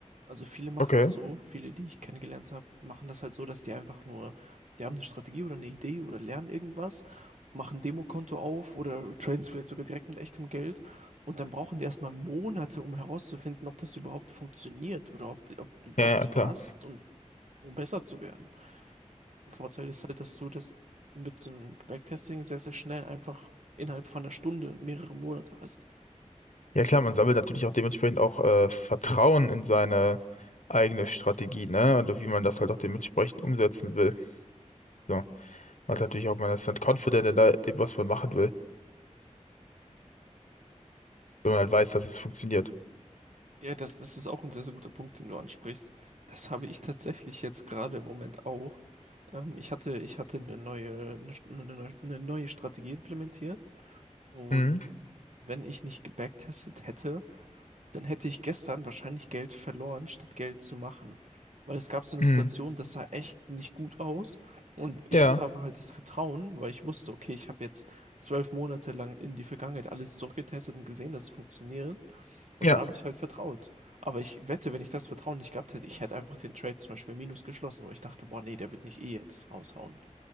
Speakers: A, on the right; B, on the left.
A: Also viele machen
B: Okay.
A: das so, viele, die ich kennengelernt habe, machen das halt so, dass die einfach nur, die haben eine Strategie oder eine Idee oder lernen irgendwas, machen ein Demokonto auf oder traden es vielleicht sogar direkt mit echtem Geld und dann brauchen die erstmal Monate, um herauszufinden, ob das überhaupt funktioniert oder ob ob,
B: Ja,
A: ob es
B: ja,
A: passt
B: klar.
A: und um besser zu werden. Der Vorteil ist halt, dass du das mit so einem Backtesting sehr, sehr schnell einfach innerhalb von einer Stunde mehrere Monate hast.
B: Ja, klar, man sammelt natürlich auch dementsprechend auch äh, Vertrauen in seine eigene Strategie, ne? Und wie man das halt auch dementsprechend umsetzen will. So. Man hat natürlich auch, man ist dann confident in da- dem, was man machen will. wenn man halt
A: Das
B: weiß, dass es funktioniert.
A: Ja, das, das ist auch ein sehr, sehr guter Punkt, den du ansprichst. Das habe ich tatsächlich jetzt gerade im Moment auch. Ähm, ich hatte, ich hatte eine neue, eine, St- eine neue eine neue Strategie implementiert und
B: Mhm.
A: wenn ich nicht gebacktestet hätte, dann hätte ich gestern wahrscheinlich Geld verloren, statt Geld zu machen. Weil es gab so eine
B: Mhm.
A: Situation, das sah echt nicht gut aus und ich
B: Ja,
A: hatte aber halt das Vertrauen, weil ich wusste, okay, ich habe jetzt zwölf Monate lang in die Vergangenheit alles zurückgetestet und gesehen, dass es funktioniert. Und
B: ja,
A: da habe ich halt vertraut. Aber ich wette, wenn ich das Vertrauen nicht gehabt hätte, ich hätte einfach den Trade zum Beispiel minus geschlossen, weil ich dachte, boah, nee, der wird mich eh jetzt raushauen.